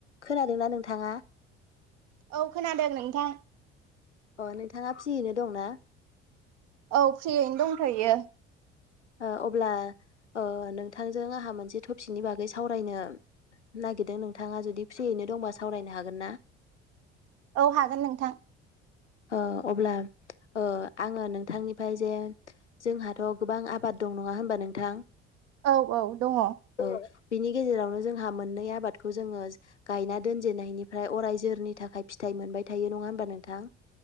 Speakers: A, on the left; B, on the right.
A: खोनादोंना नोंथाङा?
B: औ खोनादों नोंथां
A: अ नोंथाङा फ्रियैनो दंना?
B: औ फ्रियैनो दंथ'यो
A: ओ अब्ला ओ नोंथांजों आहा मोनसे टपिकनि बागै सावरायनो नागिरदों नोंथाङा जुदि फ्रियैनो दंबा सावरायनो हागोन ना?
B: औ हागोन नोंथां
A: ओ अब्ला ओ आङो नोंथांनिफ्राय जे जोंहाथ' गोबां आबाद दं नङा होनबा नोंथां
B: औ औ दङ
A: औ बिनि गेजेरावनो जोंहा मोननै आबादखौ जोङो गायना दोनजेननायनिफ्राय अराय जोरनि थाखाय फिथाइ मोनबाय थायो नङा होमबा नोंथां